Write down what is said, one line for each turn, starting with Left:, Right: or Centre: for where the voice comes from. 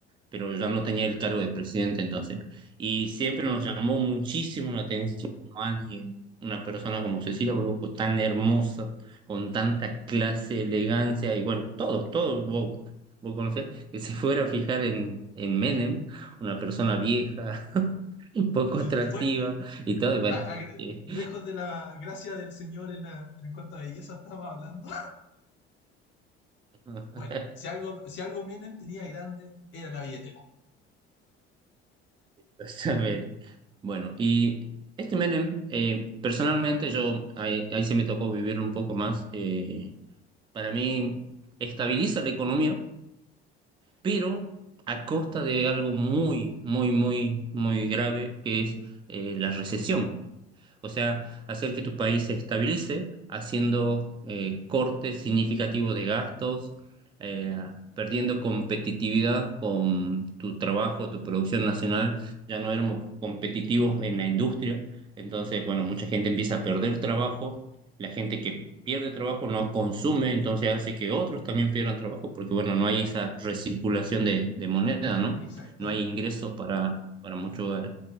Right: pero ya no tenía el cargo de presidente entonces. Y siempre nos llamó muchísimo la atención como alguien, una persona como Cecilia Brusco, tan hermosa, con tanta clase, elegancia, y bueno, todos, todos, vos, vos conocés, que se fuera a fijar en, en Menem, una persona vieja, <laughs> un poco atractiva
Left: Fue...
Right: y todo, y bueno.
Left: a- a-
Right: eh,
Left: lejos de la gracia del señor en, la- en cuanto a belleza estaba hablando.
Right: <laughs>
Left: Bueno, si algo, si algo Menem tenía grande, era la billetera.
Right: exactamente. Bueno, y este Menem, eh, personalmente yo, ahí, ahí se me tocó vivir un poco más, eh, Para mí estabiliza la economía, pero a costa de algo muy, muy, muy, muy grave, que es eh, la recesión. O sea, hacer que tu país se estabilice haciendo eh, cortes significativos de gastos, eh, perdiendo competitividad con tu trabajo, tu producción nacional. Ya no éramos competitivos en la industria. Entonces, bueno,
Left: Oh,
Right: mucha gente empieza a perder trabajo. La gente que pierde trabajo no consume, entonces hace que otros también pierdan trabajo, porque bueno, no hay esa recirculación de, de moneda,
Left: e-
Right: ¿no?
Left: exacto.
Right: No hay ingresos para, para muchos hogares.